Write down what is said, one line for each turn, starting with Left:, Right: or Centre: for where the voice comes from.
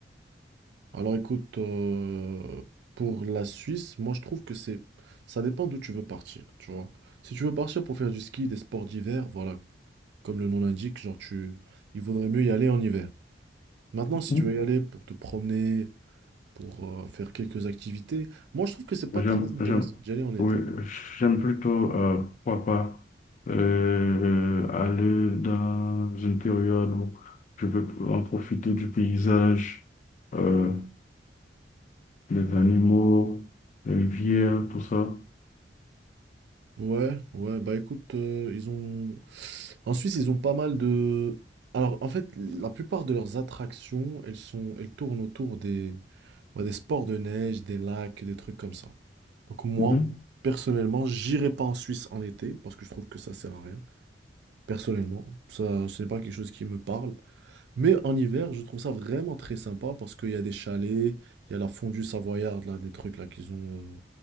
Right: Alors écoute, euh, pour la Suisse, moi je trouve que c'est, ça dépend d'où tu veux partir, tu vois. Si tu veux partir pour faire du ski, des sports d'hiver, voilà, comme le nom l'indique, genre tu, il vaudrait mieux y aller en hiver. Maintenant,
Left: Mhm.
Right: si tu veux y aller pour te promener, pour euh, faire quelques activités, moi je trouve que c'est pas
Left: J'aime,
Right: très intéressant
Left: j'aime,
Right: d'y aller en été.
Left: oui, j'aime plutôt, euh, pourquoi pas, euh, aller dans une période où je peux en profiter du paysage. euh, les animaux, les vieux, tout ça.
Right: Ouais, ouais, bah écoute, euh, ils ont... En Suisse, ils ont pas mal de... Alors, en fait, la plupart de leurs attractions, elles sont... elles tournent autour des... bah, des sports de neige, des lacs, des trucs comme ça. Donc moi,
Left: Mhm.
Right: personnellement, j'irai pas en Suisse en été, parce que je trouve que ça sert à rien. Personnellement, ça, ce n'est pas quelque chose qui me parle. Mais en hiver, je trouve ça vraiment très sympa parce qu'il y a des chalets, il y a la fondue savoyarde, là, des trucs là qu'ils ont, euh,